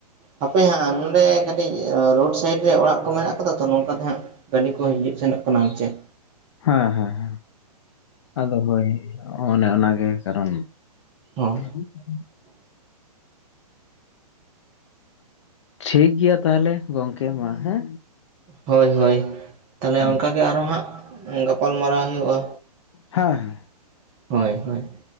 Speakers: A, on the right; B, on the left.
A: ᱦᱟᱯᱮ ᱦᱟᱸᱜ ᱱᱚᱰᱮ ᱠᱟᱹᱴᱤᱡ ᱨᱳᱰ ᱥᱟᱭᱤᱰ ᱨᱮ ᱚᱲᱟᱜ ᱠᱚ ᱢᱮᱱᱟᱜ ᱟᱠᱟᱫᱟ ᱛᱚ ᱱᱚᱝᱠᱟ ᱛᱮ ᱦᱟᱸᱜ ᱜᱟᱹᱰᱤ ᱠᱚ ᱦᱤᱡᱩᱜ ᱥᱮᱱᱚᱜ ᱠᱟᱱᱟ ᱟᱨ ᱪᱮᱫ
B: ᱦᱮᱸ ᱦᱮᱸᱦᱮᱸ ᱟᱫᱚ ᱦᱳᱭ ᱚᱱᱮ ᱚᱱᱟᱜᱮ ᱠᱟᱨᱚᱱ᱾
A: ᱦᱚᱸ᱾
B: <inaudible> ᱴᱷᱤᱠ ᱜᱮᱭᱟ ᱛᱟᱦᱚᱞᱮ ᱜᱚᱝᱠᱮ ᱢᱟ ᱦᱮᱸ
A: ᱦᱳᱭ ᱦᱳᱭ ᱛᱟᱦᱚᱞᱮ
B: ᱦᱮᱸ
A: ᱚᱱᱠᱟᱜᱮ ᱟᱨᱚ ᱦᱟᱸᱜ ᱜᱟᱯᱟᱞᱢᱟᱨᱟᱣ ᱦᱩᱭᱩᱜᱼᱟ᱾
B: ᱦᱮᱸ ᱦᱮᱸ᱾
A: ᱦᱳᱭ ᱦᱳᱭ᱾